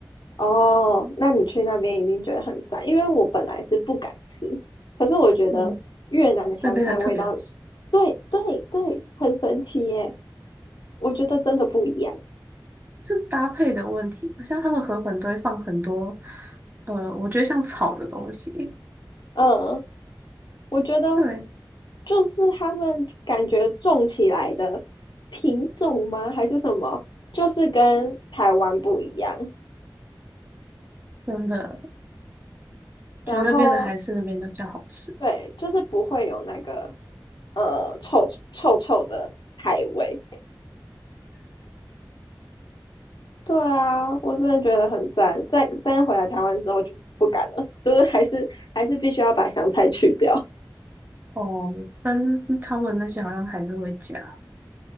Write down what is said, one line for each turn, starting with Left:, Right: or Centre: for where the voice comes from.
Left: 哦，那你去那边一定觉得很赞，因为我本来是不敢吃，可是我觉得越南的香菜味道，
Right: 嗯，那边的特别好吃。
Left: 对对对，很神奇耶，我觉得真的不一样。
Right: 是搭配的问题，好像他们河粉都会放很多，呃，我觉得像炒的东西，
Left: 嗯，我觉得
Right: 对，
Left: 就是他们感觉种起来的品种吗？还是什么？就是跟台湾不一样。
Right: 真的
Left: 然后
Right: 觉得那边的还是那边的比较好吃
Left: 对，就是不会有那个呃臭臭臭的菜味。对啊，我真的觉得很赞。再但回来台湾之后就不敢了，就是还是还是必须要把香菜去掉。
Right: 哦，但是他们那些好像还是会加。